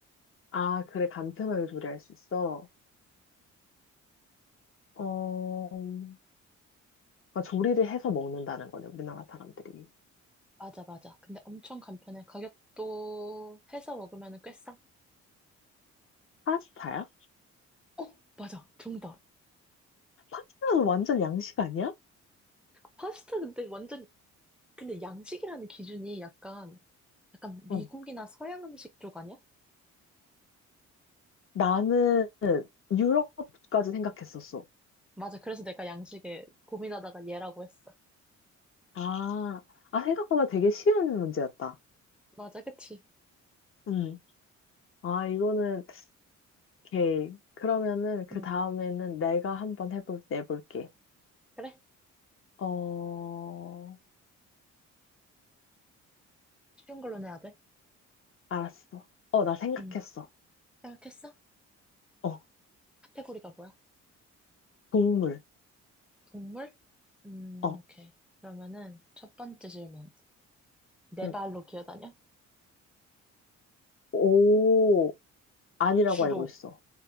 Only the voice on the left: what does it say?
아, 그래, 간편하게 조리할 수 있어. 어, 그러니까 조리를 해서 먹는다는 거네, 우리나라 사람들이.
파스타야?
파스타는 완전 양식 아니야?
어,
나는 유럽까지 생각했었어.
아, 아, 생각보다 되게 쉬운 문제였다.
음. 아, 이거는, 오케이. 그러면은, 그
다음에는 내가 한번 해볼, 내볼게.
어,
알았어. 어, 나 생각했어.
어,
동물.
어.
음,
오, 아니라고
알고 있어.